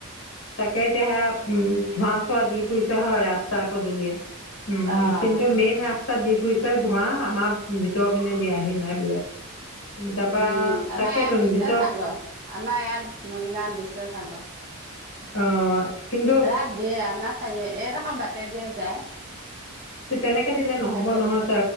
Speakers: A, on the left; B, on the right.
A: তাকে এতিয়া সেয়া ধোৱা ধোৱা দি ফুৰিছে হয় ৰাস্তা পদূলিয়ে উম।
B: অ',
A: কিন্তু মেইন ৰাস্তা দি ফুই চাই ধোৱা আমাৰ ভিতৰৰ পিনে দিয়াহি নাই বোলে। তাৰপা
B: উম, আমাৰ
A: তাকেতো
B: ইয়াত দিছে
A: ভিতৰ
B: ছাগৈৰ আমাৰ ইয়াত মৰিগাঁত দিছে ছাগৈ।
A: অ'। কিন্তু
B: ৰাাত দিয়ে আমাৰ আহ এই দখৰ বাটে দিয়ে যায়।
A: তেনেকে দিলে নহ'ব
B: বাটে,
A: নহয়
B: বাটে
A: ত